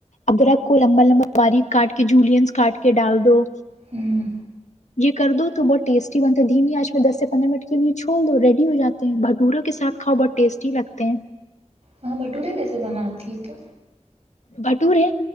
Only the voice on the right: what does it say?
ہمم
ہاں بھٹورے کیسے بناتی ہے تو